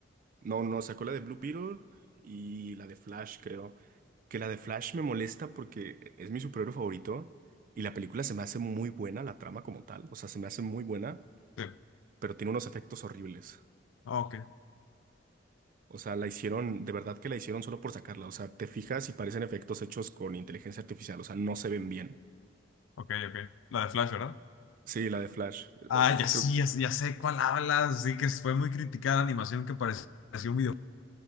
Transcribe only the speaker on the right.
No, no, sacó la de Blue Beetle y la de Flash, creo. Que la de Flash me molesta porque es mi superhéroe favorito y la película se me hace muy buena, la trama como tal. O sea, se me hace muy buena,
pero tiene unos efectos horribles.
O sea, la hicieron, de verdad que la hicieron solo por sacarla. O sea, te fijas y parecen efectos hechos con inteligencia artificial. O sea, no se ven bien.
Sí, la de Flash. Eh,
eh,
Creo,